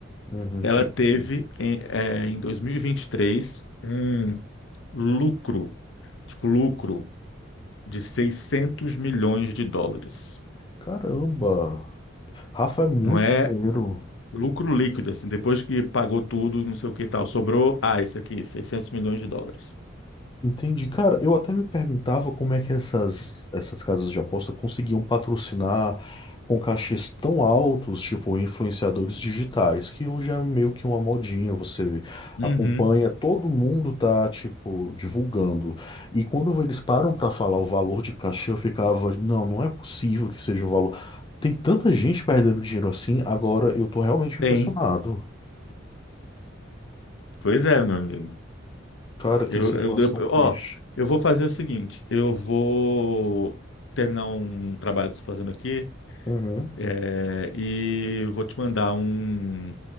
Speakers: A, on the left; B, on the left.
A: uhum, entendi.
B: Ela teve em, eh, em 2023 um lucro, tipo lucro de 600 milhões de dólares.
A: Caramba, Rafa é muito
B: Não é
A: dinheiro.
B: lucro líquido assim, depois que pagou tudo, não sei o que e tal, sobrou, ah, isso aqui, 600 milhões de dólares.
A: Entendi. Cara, eu até me perguntava como é que essas, essas casas de aposta conseguiam patrocinar com cachês tão altos, tipo influenciadores digitais, que hoje é meio que uma modinha, você
B: Uhum.
A: acompanha, todo mundo tá, tipo, divulgando. E quando eles param para falar o valor de cachê, eu ficava, não, não é possível que seja um valor. Tem tanta gente perdendo dinheiro assim, agora eu tô realmente
B: Tem.
A: impressionado.
B: Pois é, meu amigo.
A: Cara, que
B: Eu,
A: situação
B: eu, eu- ó,
A: triste.
B: eu vou fazer o seguinte: eu vou terminar um trabalho que estou fazendo aqui,
A: Uhum.
B: é, e vou te mandar um,